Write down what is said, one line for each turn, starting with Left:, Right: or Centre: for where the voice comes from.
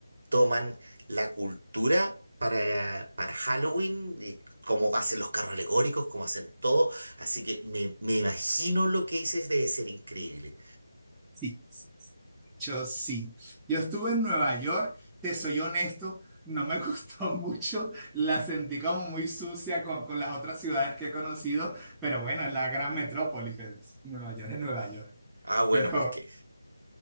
Right: toman la cultura para, para Halloween, y cómo hacen los carros alegóricos, cómo hacen todo. Así que me, me imagino lo que dices debe ser increíble.
Centre: Sí, yo sí. Yo estuve en Nueva York, te soy honesto, no me <laughs> gustó mucho, la sentí como muy sucia con, con las otras ciudades que he conocido, pero bueno, es la gran metrópolis, es- Nueva York es Nueva York,
Right: Ah, bueno,
Centre: pero
Right: pues que...